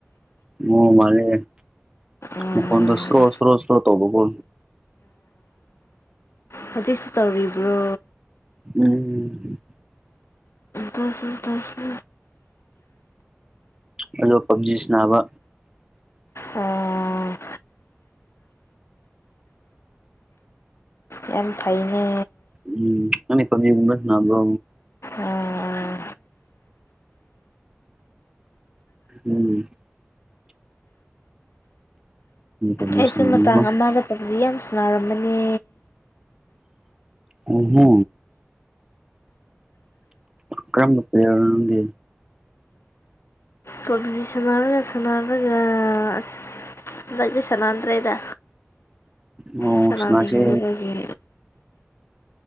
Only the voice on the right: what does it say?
ꯎ ꯃꯥꯂꯦ
ꯃꯈꯣꯟꯗ ꯁꯔꯣ ꯁꯔꯣ ꯁꯔꯣ ꯇꯧꯕ ꯀꯣ
ꯎꯝ
ꯍꯜꯂꯣ ꯄꯞꯖꯤ ꯁꯅꯥꯕ
ꯎꯝ ꯅꯪꯗꯤ ꯄꯞꯖꯤꯒꯨꯝꯕ ꯁꯥꯅꯕ꯭ꯔꯣ
ꯎꯝ ꯄꯞꯖꯤ
ꯁꯥꯟꯅꯕꯀꯣ
ꯎ ꯍꯨ ꯀꯔꯝꯕ ꯄ꯭ꯂꯦꯌꯔꯅꯣ ꯅꯪꯗꯤ
ꯑꯣ
ꯁꯥꯟꯅꯁꯦ